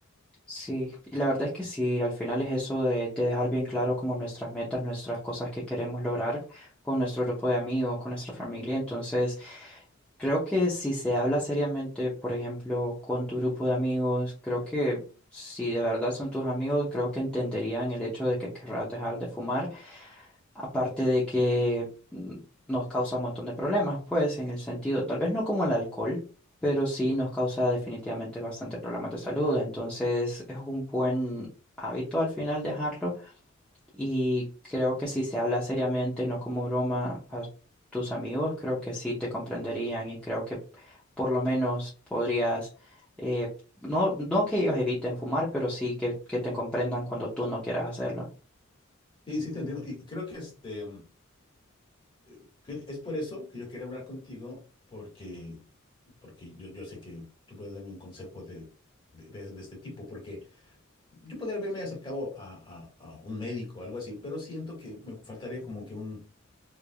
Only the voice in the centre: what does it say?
Sí, y la verdad es que sí, al final es eso de, de dejar bien claro como nuestras metas, nuestras cosas que queremos lograr con nuestro grupo de amigos, con nuestra familia. Entonces, creo que si se habla seriamente, por ejemplo, con tu grupo de amigos, creo que si de verdad son tus amigos, creo que entenderían el hecho de que querrás dejar de fumar. Aparte de que mm, nos causa un montón de problemas, pues, en el sentido, tal vez no como el alcohol, pero sí nos causa definitivamente bastante problemas de salud. Entonces, es un buen hábito al final dejarlo. Y creo que si se habla seriamente, no como broma, a tus amigos, creo que sí te comprenderían y creo que por lo menos podrías, eh, no, no que ellos eviten fumar, pero sí que, que te comprendan cuando tú no quieras hacerlo.